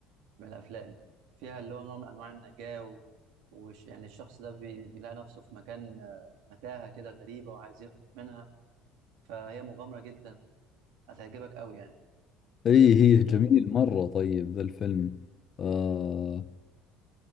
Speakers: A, on the right (about 80°); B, on the left (about 35°).
A: من الأفلام فيها اللي هو نوع من أنواع النجاة و... وش يعني الشخص ده بي... بيلاقي نفسه في مكان آه، متاهة كده غريبة وعايز يهرب منها فهي مغامرة جدا هتعجبك قوي يعني
B: اي هي جميل
A: فاهم
B: مرة طيب ذا الفيلم آه